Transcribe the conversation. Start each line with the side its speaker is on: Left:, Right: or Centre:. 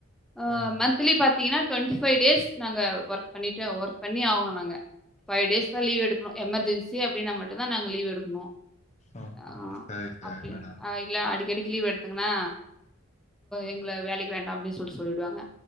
Centre: அ
Left: ஆ
Centre: மந்த்லி பாத்தீங்கன்னா டுவெண்ட்டி ஃபைவ் டேஸ் நாங்க ஒர்க் பண்ணிட்டு ஒர்க் பண்ணி ஆகணோம் நாங்க பைவ் டேஸ் தான் லீவ் எடுக்கணும் எமர்ஜன்சி அப்டின்னா மட்டும்தான் நாங்க லீவ் எடுக்கணும்
Left: ஓ
Centre: ஆ
Left: ஓ சேரி சேரி
Centre: அப்படி
Left: மேடம்
Centre: அ இல்ல அடிக்கடிக்கு லீவ் எடுத்தங்கன்னா எங்கள வேலைக்கு வேண்டாம் அப்டின் சொல்லி சொல்லிடுவாங்க